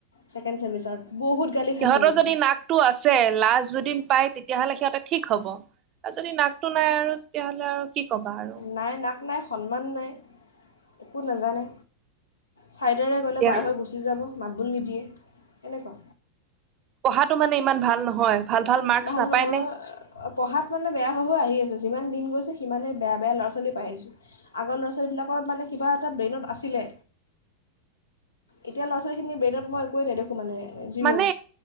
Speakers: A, on the left; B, on the right.
A: ছেকেণ্ড ছেমিষ্টাৰত বহুত গালি খাইছে
B: সিহঁতৰ
A: কিন্তু
B: যদি নাকটো আছে লাাজ যদি পায় তেতিয়া তেতিয়াহ'লে সিহঁতে ঠিক হ'ব আৰু যদি নাকটো নাই আৰু তেতিয়াহলে আৰু কি কবা আৰু
A: নাই নাক নাই সন্মান নাই একো নাজানে ছাইডেৰে গ'লে
B: এতিয়া
A: পাৰ হৈ গুচি যাব মাতবোল নিদিয়ে, কেনেকুৱা?
B: পঢ়াতো মানে ইমান ভাল নহয়। ভাল মাৰ্কচ
A: ভাল
B: নাপায়
A: নহয়
B: নে
A: ।পঢ়াত মানে বেয়া হৈ হৈ আহি আছে ।যিমান দিন। সিমানেই বেয়া বেয়া ল'ৰা ছোৱালীয়ে পাই আহিছোঁ। আগৰ ল'ৰা ছোৱালীবিলাকৰ মানে কিবা এটা ব্ৰেইনত আছিলে, এতিয়া ল'ৰা ছোৱালীখিনি ব্ৰেইনত মই একোৱে নেদেখোঁ মানে। জিৰ'
B: মানে,